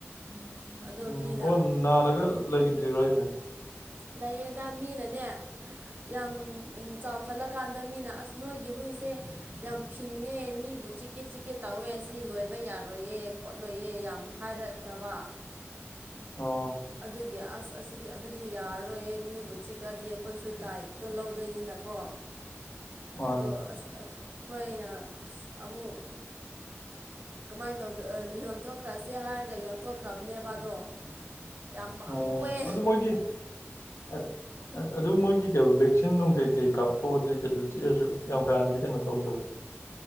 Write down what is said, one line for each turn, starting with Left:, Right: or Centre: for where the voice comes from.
Right: ꯎꯝ ꯑꯗꯣ
Left: ꯎꯝ
Right: ꯃꯤ
Left: ꯑꯣ ꯅꯥꯔꯒ ꯂꯩꯈꯤꯗ꯭ꯔꯤꯔꯣ ꯑꯩꯁꯦ
Right: ꯂꯌꯦꯡꯗ ꯃꯤꯅꯅꯦ ꯌꯥꯝ ꯆꯥꯎꯈꯠꯂꯀꯥꯟꯗ ꯃꯤꯅ ꯑꯁ ꯅꯣꯏꯒꯤ ꯍꯨꯏꯁꯦ ꯌꯥꯝ ꯐꯤꯡꯉꯦ ꯃꯤꯕꯨ ꯆꯤꯛꯀꯦ ꯆꯤꯛꯀꯦ ꯇꯧꯋꯦ ꯁꯤ ꯂꯣꯏꯕ ꯌꯥꯔꯣꯏꯌꯦ ꯈꯣꯠꯂꯣꯏꯌꯦ ꯌꯥꯝ ꯍꯥꯏꯔꯛꯈ꯭ꯔꯕ
Left: <inaudible> ꯑꯣ
Right: ꯑꯗꯨꯒꯤ ꯑꯁ ꯑꯁꯤꯗꯤ ꯑꯗꯨꯗꯤ ꯗꯤ ꯌꯥꯔꯔꯣꯏꯌꯦ ꯃꯤꯕꯨ ꯆꯤꯛꯂꯗꯤ ꯑꯩꯈꯣꯏꯁꯨ ꯗꯥꯏꯛꯇꯣ ꯂꯧꯗꯣꯏꯅꯤꯅꯀꯣ
Left: ꯃꯥꯅꯦ
Right: ꯑꯗꯣ ꯑꯩꯈꯣꯏꯅ ꯑꯃꯨꯛ ꯀꯃꯥꯏꯅ ꯇꯧ ꯌꯣꯟꯊꯣꯛꯈ꯭ꯔꯁꯦ ꯍꯥꯏꯔꯒ ꯌꯣꯟꯊꯣꯛꯈ꯭ꯔꯕꯅꯦ ꯕꯥꯗꯣ ꯌꯥꯝ ꯄꯥꯝꯃꯨꯑꯦ
Left: ꯑꯣ ꯑꯗꯨ ꯃꯣꯏꯒꯤ <unintelligible> ꯑꯗꯨ ꯃꯣꯏꯒꯤ ꯀꯩ ꯚꯦꯛꯁꯤꯟ ꯅꯨꯡ ꯀꯩ ꯀꯩ ꯀꯥꯞꯊꯣꯛꯑꯗꯤ ꯀꯩꯁꯨ ꯆꯤꯛꯑꯁꯨ ꯌꯥꯝ ꯀꯥꯟꯅꯗꯤ ꯀꯩꯅꯣ ꯇꯧꯗꯕ